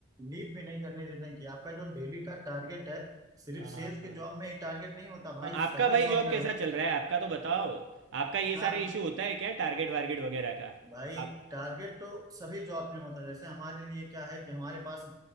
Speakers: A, on the right (about 15°); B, on the right (about 60°).
A: लीव भी नहीं करने देते हैं कि आपका जो डेली का टारगेट है सिर्फ
B: हाँ
A: सेल्स के जॉब में ही टारगेट नहीं होता भाई
B: हाँ,
A: सभी
B: आपका भाई
A: जॉब
B: जॉब
A: में
B: कैसा
A: होता
B: चल रहा है आपका तो बताओ आपका ये
A: हाँ
B: सारे इशू होता है क्या टारगेट वारगेट वगैरह का
A: भाई
B: आप
A: टारगेट तो सभी जॉब में होता है जैसे हमारे लिए क्या है कि हमारे पास